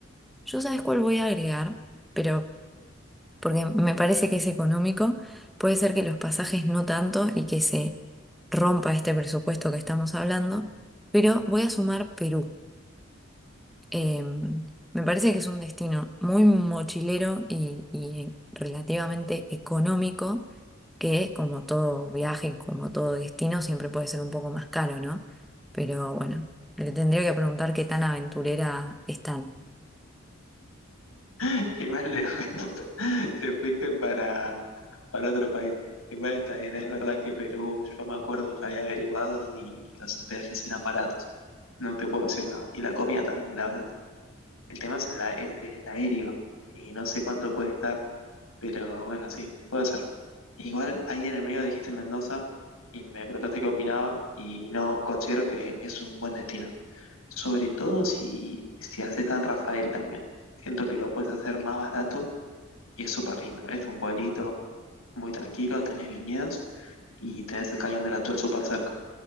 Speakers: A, in the centre; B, on the left (about 85°).
A: Yo sabes cuál voy a agregar, pero porque me parece que es económico, puede ser que los pasajes no tanto y que se rompa este presupuesto que estamos hablando, pero voy a sumar Perú. Em, me parece que es un destino muy mochilero y, y relativamente económico, que como todo viaje, como todo destino, siempre puede ser un poco más caro, ¿no? Pero bueno, le tendría que preguntar qué tan aventurera están.
B: <laughs> Igual de <laughs> te fuiste para, para otro país. Igual está bien, es verdad que Perú, yo me acuerdo que había averiguado y los hospedajes eran baratos. No te puedo decir nada. Y la comida también era barata. El tema es el, a- es el aéreo y no sé cuánto puede estar, pero bueno, sí, puede ser. Igual ahí en el medio dijiste Mendoza y me preguntaste qué opinaba y no, considero que es un buen destino. Sobre todo si, si haces San Rafael también. Siento que lo puedes hacer más barato y es súper lindo. Es un pueblito muy tranquilo, tenés viñedos y tenés el Cañón de la Tuel súper cerca.